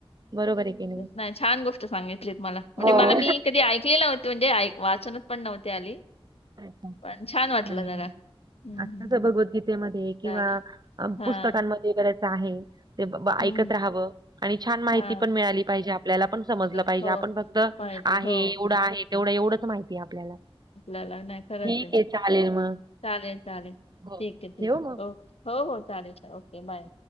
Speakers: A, on the right; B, on the left.
A: बरोबर आहे की
B: नाही छान गोष्ट सांगितलीत मला म्हणजे
A: हो.
B: मला मी कधी ऐकली नव्हते. म्हणजे आई वाचनात पण नव्हती आली.
A: अच्छ
B: पण छान वाटलं
A: नाही
B: जरा
A: नाही
B: हम्म
A: असंच भगवद्गीतेमध्ये एक किंवा
B: चालेल हा
A: पुस्तकांमध्ये बरच आहे ते
B: हम्म.
A: ऐकत राहावं. आणि छान माहिती
B: हा
A: पण मिळाली पाहिजे आपल्याला पण समजलं
B: आपल्याला
A: पाहिजे
B: हो
A: आपण फक्त आहे
B: पाहिजे हो
A: एवढं आहे. तेवढं एवढंच माहिती आहे आपल्याला
B: आपल्याला नाही खरंच
A: ठीक
B: आहे
A: चालेल मग.
B: चालेल चालेल
A: हो,
B: ठीक आहे ठीक
A: ठेवू मग?
B: ओके. हो हो चालेल ओके बाय.